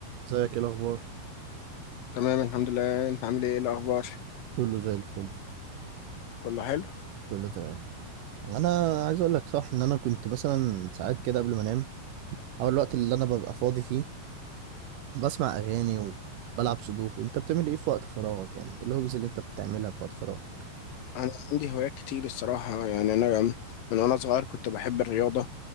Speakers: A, on the right; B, on the left.
A: ازيك ايه الاخبار
B: تمام الحمد لله انت عامل ايه ايه الاخبار
A: كله زي الفل
B: كله حلو
A: كله تمام انا عايز اقول لك صح ان انا كنت مثلا ساعات كده قبل ما انام او الوقت اللي انا ببقى فاضي فيه بسمع اغاني وبلعب سودوكو انت بتعمل ايه في وقت فراغك يعني ايه الهوبز اللي انت بتعملها في وقت فراغك
B: انا عندي هوايات كتير الصراحه يعني انا من وانا صغير كنت بحب الرياضه